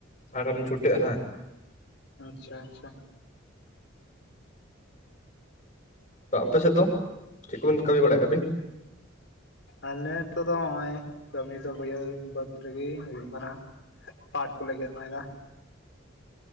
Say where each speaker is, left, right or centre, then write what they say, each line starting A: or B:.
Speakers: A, on the left; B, on the left.
A: ᱟᱨᱚ ᱦᱚᱸ ᱵᱤᱱ ᱪᱷᱩᱴᱟᱹᱜ-ᱟ ᱦᱟᱸᱜ?
B: ᱟᱪᱪᱷᱟ ᱟᱪᱪᱷᱟ᱾
A: ᱛᱚ ᱟᱯᱮ ᱥᱮᱫ ᱫᱚ ᱪᱮᱫ ᱠᱚᱵᱤᱱ ᱠᱟᱹᱢᱤ ᱵᱟᱲᱟᱭᱮᱫ-ᱟ ᱟᱵᱤᱱ?
B: ᱟᱞᱞᱮ ᱠᱚᱫᱚ ᱦᱚᱸᱜᱼᱚᱭ ᱠᱟᱹᱢᱤ ᱫᱚ ᱵᱟᱹᱭᱦᱟᱲ ᱵᱟᱹᱫᱽ ᱨᱮᱜᱮ ᱦᱩᱭᱩᱜ ᱠᱟᱱᱟ᱾ ᱯᱟᱴ ᱠᱚᱞ ᱜᱮᱫ ᱵᱟᱲᱟᱭᱮᱫᱟ᱾